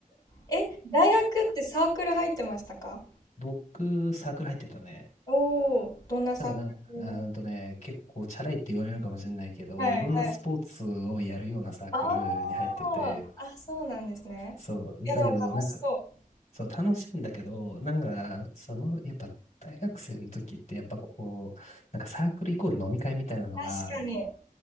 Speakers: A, on the left; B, on the left.
A: え、大学ってサークル入ってましたか
B: 僕、サークル入ってたね。
A: おおー、どんなサークルだ
B: ただな、うーんとね、結構こう、チャラいって言われるかもしれないけど、
A: はいはい。
B: いろんなスポーツをやるようなサークルに入ってて、
A: ああ、あ、そうなんですね。
B: そう。
A: いや、
B: だけど、
A: でも楽しそう。
B: なんか、そう、楽しいんだけど、なんか、その、やっぱ、大学生の時って、やっぱこう、なんかサークルイコール飲み会みたいなのが、
A: 確かに。